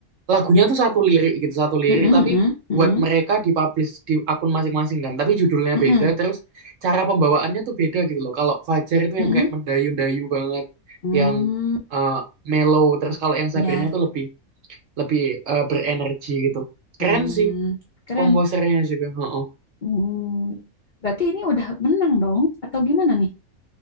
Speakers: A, on the right; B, on the left.
A: lagunya tuh satu lirik gitu, satu lirik
B: Mm-mm,
A: tapi
B: mm-mm, mm-mm,
A: buat mereka dipublish di akun masing-masing kan. Tapi judulnya
B: mm-mm,
A: beda terus cara pembawaannya tuh beda gitu loh. Kalau Fajar itu
B: mm-mm.
A: yang kayak mendayu-dayu banget,
B: Hmm,
A: yang eh, mellow. Terus kalau yang
B: ya.
A: Sabrina tuh lebih lebih eh, berenergi gitu. Keren
B: Hmm,
A: sih
B: keren.
A: komposernya juga. heeh.
B: Hmm, berarti ini udah menang dong, atau gimana nih?